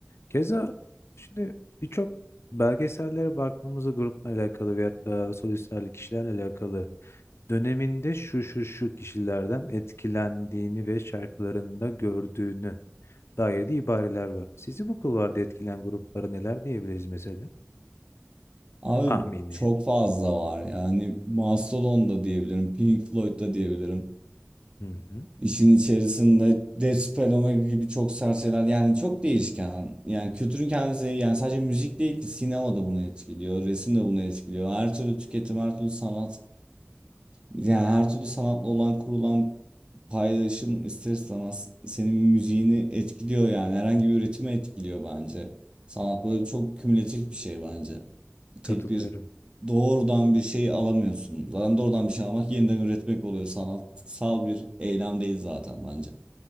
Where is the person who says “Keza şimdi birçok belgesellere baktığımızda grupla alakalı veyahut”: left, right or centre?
Left